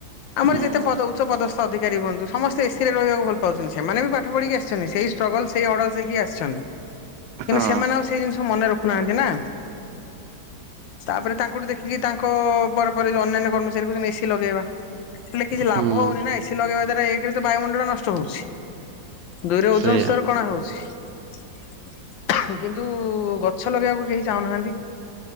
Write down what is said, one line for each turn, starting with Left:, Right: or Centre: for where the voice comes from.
Left: ଆମର
Right: ହୁଁ
Left: ଯେତେ ପଦ ଉଚ୍ଚ ପଦସ୍ଥ ଅଧିକାରୀ ହୁଅନ୍ତୁ, ସମସ୍ତେ ଏସିରେ ରହିବାକୁ ଭଲ ପାଉଛନ୍ତି। ସେମାନେ ବି ପାଠ ପଢିକି ଆସିଛନ୍ତି ସେଇ ଷ୍ଟଗଲ ସେଇ ଅର୍ଡସ ଦେଇକି ଆସିଛନ୍ତି କିନ୍ତୁ
Right: ହଁ
Left: ସେମାନେ ଆଉ ସେଇ ଜିନିଷ ମନେ ରଖୁନାହାନ୍ତି ନା। ତା'ପରେ ତାଙ୍କଠୁ ଦେଖିକି ତାଙ୍କ ପରେ ପରେ ଅନ୍ୟାନ୍ୟ କର୍ମଚାରୀ କହୁଛନ୍ତି ଏସିି ଲଗେଇବା। ହେଲେ କିଛି ଲାଭ
Right: ହୁଁ
Left: ହଉନି ନା ଏସି ଲଗେଇବା ଦ୍ଵାରା ଏଇ ତ ବାୟୁମଣ୍ଡଳ ନଷ୍ଟ ହଉଛି। ଦୁଇରେ ଓଜନ
Right: ସେଇଆ।
Left: ସ୍ତର କଣା ହଉଛି। କିନ୍ତୁ ଗଛ ଲଗେଇବାକୁ କେହି ଚାହୁଁନାହାନ୍ତି।